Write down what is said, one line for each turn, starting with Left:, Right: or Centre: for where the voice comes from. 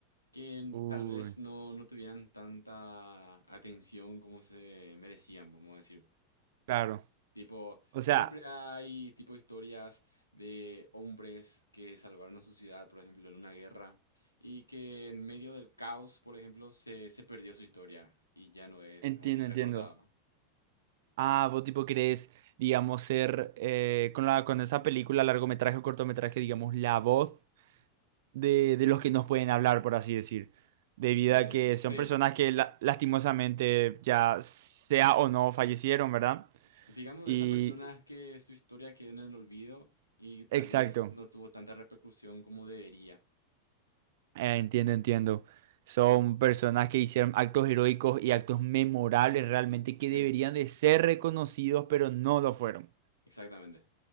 Left: que
Right: Uy,
Left: tal vez no, no tuvieran tanta atención como se merecían, vamos a decir.
Right: claro.
Left: Tipo,
Right: O
Left: siempre
Right: sea,
Left: hay tipo historias de hombres que salvaron a su ciudad, por ejemplo, en una guerra, y que en medio del caos, por ejemplo, se, se perdió su historia y ya no es,
Right: entiendo,
Left: vamos a decir,
Right: entiendo.
Left: recordado.
Right: Ah, vos tipo querés, digamos, ser eh, con la, con esa película, largometraje o cortometraje, digamos, la voz de, de los que nos pueden hablar, por así decir. Debido
Left: Eh,
Right: a que
Left: sí,
Right: son personas que la- lastimosamente ya sea o no fallecieron, ¿verdad?
Left: digamos
Right: Y
Left: de esas personas que su historia quedó en el olvido y tal
Right: exacto.
Left: vez no tuvo tanta repercusión como debería.
Right: Eh, entiendo, entiendo. Son personas que hicieron actos heroicos y actos memorables realmente que
Left: Sí,
Right: deberían de ser reconocidos, pero no lo fueron.
Left: exactamente.